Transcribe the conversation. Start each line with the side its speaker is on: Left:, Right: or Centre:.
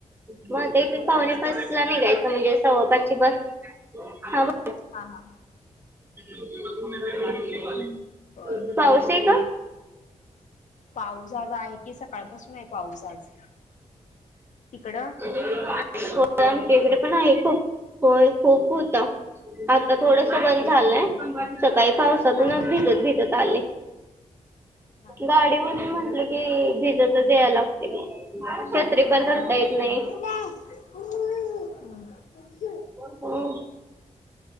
Right: मग ते पावणे
Left: आज
Right: पाचला
Left: कस
Right: निघायचं म्हणजे अस सव्वा दहाची बस ह हो.
Left: हा हा ह
Right: <unintelligible>
Left: बर.
Right: चेग?
Left: पाऊस आज आहे की सकाळपासून आहे पाऊस आज. तिकडं?
Right: हो आमच्या इकडे पण आहे खूप होय खूप होता. आता थोडस बंद
Left: हा
Right: झालंय
Left: हा
Right: सकाळी पावसातूनच
Left: हा हा
Right: भिजत भिजत आले.
Left: हा हा
Right: गाडी होऊन म्हंटले की भिजतच यायला लागते की छत्री. पण
Left: होय.
Right: धरता येत नाही. <inaudible>